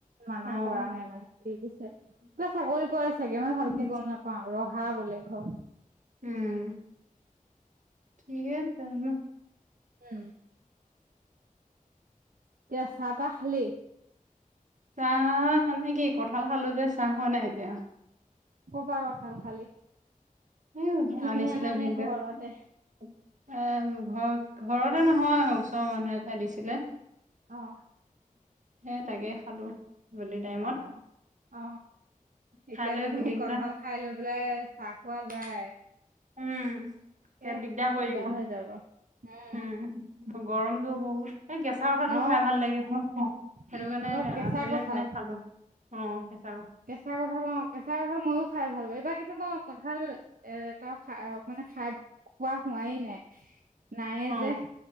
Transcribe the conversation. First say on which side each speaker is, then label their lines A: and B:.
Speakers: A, on the right; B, on the right.
A: মানা
B: অ',
A: কৰা নাই মানে কি দিছে। ক চাকৰি কৰে চাগে মই ভালকে
B: অ',
A: গম নাপাওঁ ৰহা বোলে ঘৰ।
B: উম। ঠিকে আছে ন।
A: উম এতিয়া চাহ তাহ খালি।
B: চাহ মানে কি কঁঠাল খালো যে চাহ খোৱা নাই এতিয়া
A: ক'ৰ পৰা কঁঠাল খালি।
B: উম
A: কিনি
B: আনিছিলে
A: আনা
B: ভিনদেউয়ে
A: নে ঘৰতে
B: আহ ঘৰ ঘৰতে নহয় ওচৰৰ মানুহ এটাই দিছিলে।
A: অ
B: সে তাকে খালোঁ গধূলি টাইমত
A: অ অ
B: খাই
A: এতিয়া
B: লৈ
A: যদি
B: গোটেই কেইটা
A: কঁঠাল খাই লৈ পেলাই চাহ খোৱা যায়।
B: উম এতিয়া
A: এ
B: দিগদাৰ কৰি
A: কিবা
B: দিব
A: হৈ যাব উম
B: উম গৰমতটো বহুত এই কেঁচা কঁঠালটো
A: অ
B: খাই ভাল লাগে ন সেইটো
A: উম
B: কাৰণে
A: অ কেঁচা
B: আনিলে
A: কঁঠাল
B: মানে সাধ অ কেঁচা
A: কেঁচা কঁঠাল কেঁচা কঁঠাল ময়ো খাই ভাল পাওঁ এইবাৰ কিন্তু মই কঁঠাল এটাও খ মানে খাই খোৱা হোৱাই নাই নায়ে
B: অ
A: যে